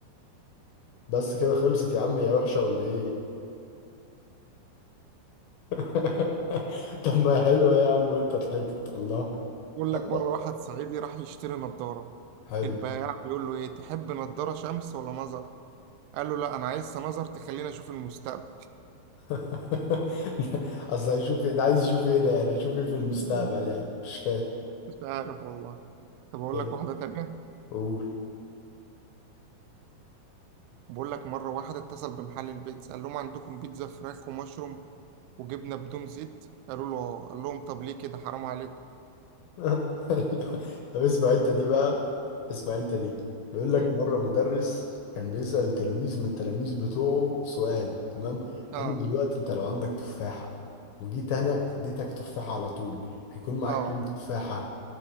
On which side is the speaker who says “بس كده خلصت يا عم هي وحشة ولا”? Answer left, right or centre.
Left